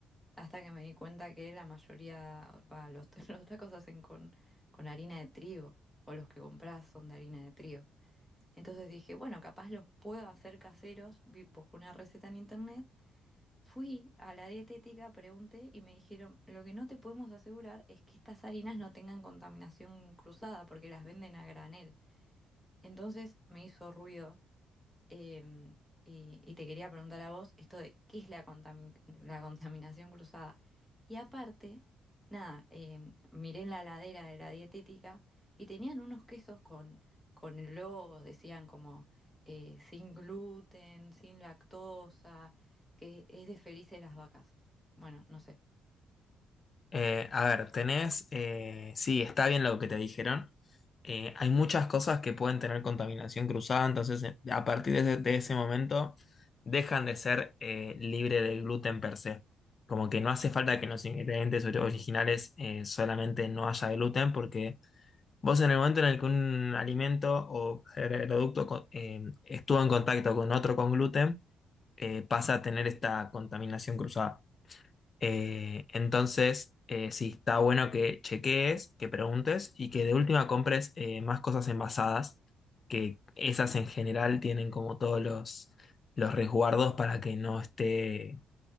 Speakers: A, in the centre; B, on the left (about 40°).
A: hasta que me di cuenta que la mayoría, va, los, <laughs> los tacos se hacen con, con harina de trigo, o los que compras son de harina de trigo. Entonces dije, bueno, capaz los puedo hacer caseros, vi- busqué una receta en internet Fui a la dietética, pregunté y me dijeron, lo que no te podemos asegurar es que estas harinas no tengan contaminación cruzada porque las venden a granel. Entonces me hizo ruido Em, y, y te quería preguntar a vos esto de qué es la, contamin- la contaminación cruzada. Y aparte, nada, em, miré en la ladera de la dietética y tenían unos quesos con, con el logo, decían como eh, sin gluten, sin lactosa, que es de felices las vacas. Bueno, no sé.
B: Eh, a ver, tenés, eh, sí, está bien lo que te dijeron. Eh, hay muchas cosas que pueden tener contaminación cruzada, entonces eh, a partir de ese, de ese momento dejan de ser eh, libre de gluten per se. Como que no hace falta que en los ingredientes ori- originales eh, solamente no haya gluten, porque vos en el momento en el que un alimento o producto co- eh, estuvo en contacto con otro con gluten, eh, pasa a tener esta contaminación cruzada. Eh, entonces, eh, sí, está bueno que chequees, que preguntes y que de última compres eh, más cosas envasadas, que esas en general tienen como todos los, los resguardos para que no esté,